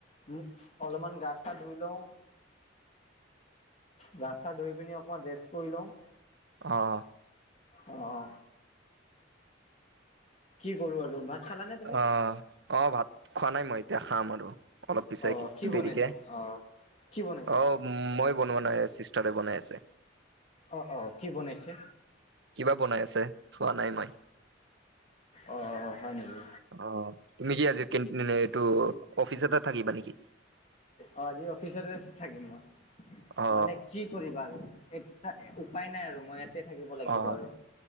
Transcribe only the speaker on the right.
<inaudible>
অ অ।
অ অ ভাত খোৱা নাই মই এতিয়া খাম আৰু অলপ পিছাই
দেৰিকে
অ, উম মই বনোৱা নাই চিষ্টাৰে বনাই আছে।
কিবা বনাই আছে চোৱা নাই মই।
অ তুমি কি আজি কিন মানে এইটো অফিচতে থাকিবা নেকি।
অ
অ